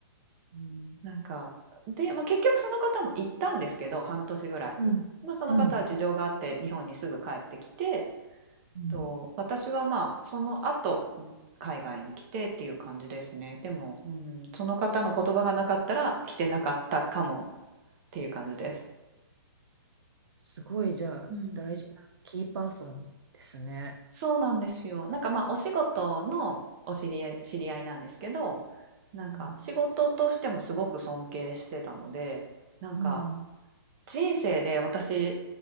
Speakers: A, on the right (about 75°); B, on the right (about 30°).
A: ん
B: なんか、で、まあ、結局その方も行ったんですけど、半年ぐらい。
A: うんうん。
B: まあ、その方は事情があって日本にすぐ帰ってきて、
A: うん
B: と、私はまあその後海外に来てっていう感じですね。でも、うん、その方の言葉がなかったら来てなかったかもっていう感じです。
A: すごい、じゃあ、
B: うん。
A: 大事なキーパーソンですね。
B: そうなんですよ。なんかまあお仕事のお知り合い、知り合いなんですけど、なんか仕事としてもすごく尊敬してたので、
A: うん。
B: なんか
A: うん。
B: 人生で私、